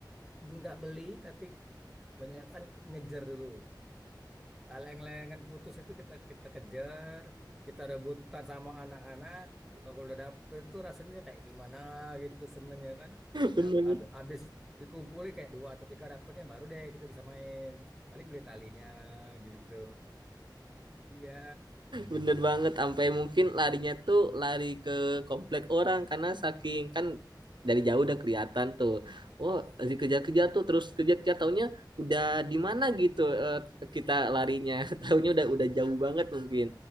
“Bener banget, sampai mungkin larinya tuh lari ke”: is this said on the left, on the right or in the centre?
Right